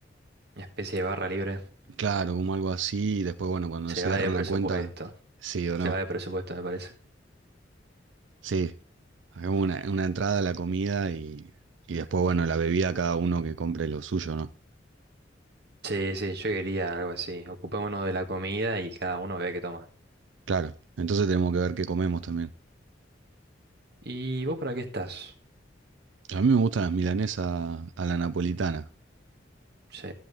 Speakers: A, on the right; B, on the right.
A: Una especie de barra libre.
B: claro, como algo así y después, bueno, cuando
A: Se
B: cierran
A: va de presupuesto.
B: la cuenta, sí o
A: Se
B: no?
A: va de presupuesto, me parece.
B: Sí, hagamos una, una entrada a la comida y, y después, bueno, la bebida cada uno que compre lo suyo, ¿no?
A: Sí, sí, yo quería algo así. Ocupémonos de la comida y cada uno ve qué toma.
B: Claro, entonces tenemos que ver qué comemos también.
A: ¿Y vos para qué estás?
B: A mí me gustan las milanesas a la napolitana.
A: Sí,